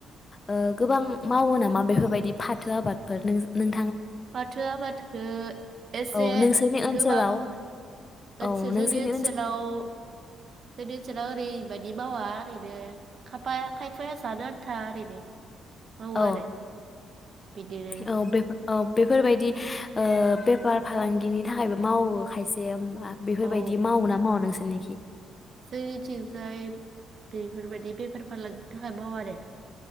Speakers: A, on the left; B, on the right.
A: ओ गोबां मावो नामा बेफोरबायदि फाथो आबादफोर नों-नों
B: फाथो आबादखौ एसे
A: औ नोंसोरनि ओनसोलाव
B: गोबां
A: औ
B: ओनसोल
A: नोंसोरनि
B: जोंनि ओनसोलाव जोंनि ओनसोलाव ओरैबायदि मावा ओरैनो खाफाया खायफाया जानो आन्था ओरैनो मावो
A: औ
B: आरो बिदिनो
A: औ बेफो औ बेफोरबायदि ओ बेफार फालांगिनि थाखायबो मावो खायसेया बेफोरबायदि
B: औ
A: मावयो ना मावआ <unintelligible>
B: जोंनिथिंजाय बेफोरबायदि बेफार फालांगिनि थाखाय बाव आरो